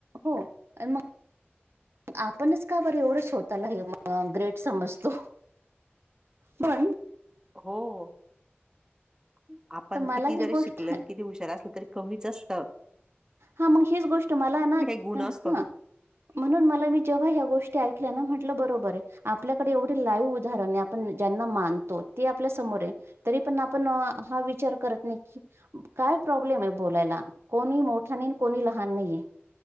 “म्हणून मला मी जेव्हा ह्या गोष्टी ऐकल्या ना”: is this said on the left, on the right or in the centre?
Right